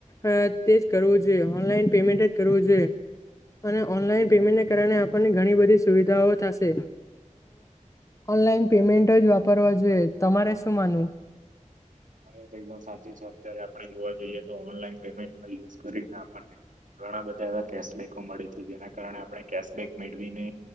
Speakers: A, on the left; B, on the right.
A: અ તેજ કરવું જોઈએ ઓનલાઈન પેમેન્ટ જ કરવું જોઈએ અને ઓનલાઈન પેમેન્ટને કારણે આપણને ઘણી બધી સુવિધાઓ થશે. ઓનલાઈન પેમેન્ટ જ વાપરવા જોઈએ, તમારે શું માનવું?
B: હ એ તો એકદમ સાચી છે. અત્યારે આપણે જોવા જઈએ તો ઓનલાઈન પેમેન્ટ યુઝ કરીને આપણને ઘણા બધા એવા કેશબેકો મળે છે. જેના કારણે આપણે કેશબેક મેળવીને